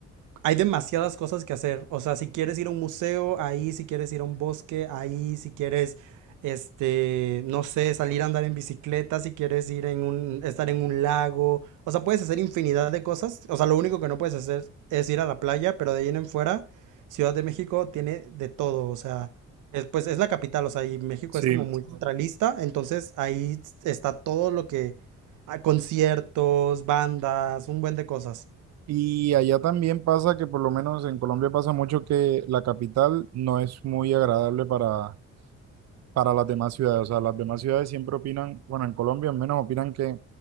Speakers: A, on the right; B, on the right.
A: hay demasiadas cosas que hacer. O sea, si quieres ir a un museo, ahí, si quieres ir a un bosque, ahí, si quieres, este, no sé, salir a andar en bicicleta, si quieres ir en un, estar en un lago. O sea, puedes hacer infinidad de cosas. O sea, lo único que no puedes hacer es ir a la playa, pero de ahí en fuera, Ciudad de México tiene de todo. O sea, es, pues es la capital, o sea, y México
B: Sí,
A: es como muy centralista, entonces ahí está todo lo que, ah, conciertos, bandas, un buen de cosas.
B: Y allá también pasa que por lo menos en Colombia pasa mucho que la capital no es muy agradable para, para las demás ciudades. O sea, las demás ciudades siempre opinan, bueno, en Colombia al menos opinan que